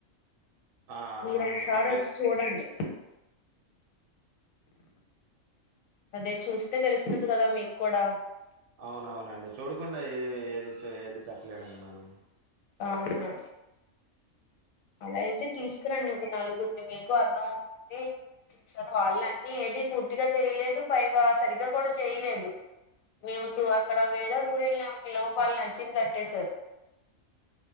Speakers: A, on the right; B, on the left.
A: ఆ
B: మీరు ఒకసారి
A: అప్లై
B: వచ్చి చూడండి అదే చూస్తే తెలుస్తుంది కదా మీకూడా
A: అవునవునండి చూడకుండా ఏ ఏది ఏది చెప్పలేమండి మనం
B: అవును అలా అయితే తీసుకురండి ఒక నలుగురిని మీకు అర్థం అవుతుంది ఏం చేశారు వాళ్ళన్నీ ఇది పూర్తిగా చేయలేదు పైగా సరిగ్గా కూడా చేయలేదు మేము చూ అక్కడ వేరే ఊరేల్లాం ఈ లోపు నచ్చింది కట్టేేశారు